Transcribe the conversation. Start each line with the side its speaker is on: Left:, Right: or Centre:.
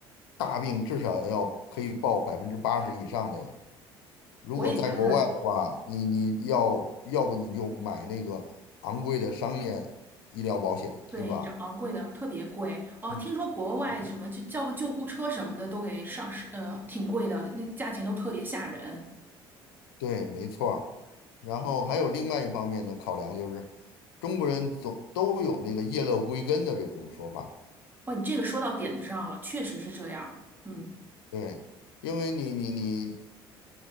Left: 大病至少要可以报百分之八十以上的呀。如果在国外的话，
Right: 我也觉得，
Left: 你你要要不你就买那个昂贵的商业医疗保险，对吧？
Right: 对，昂贵的特别贵哦。
Left: 嗯
Right: 听说国外什么就叫个救护车什么的都给上是，
Left: 嗯，
Right: 呃，挺贵的，那价钱都特别吓人。
Left: 对，没错儿然后还有另外一方面的考量就是，中国人总都有那个叶落归根的这种说法。
Right: 哇，你这个说到点子上了，确实是这样，嗯。
Left: 对，因为你你你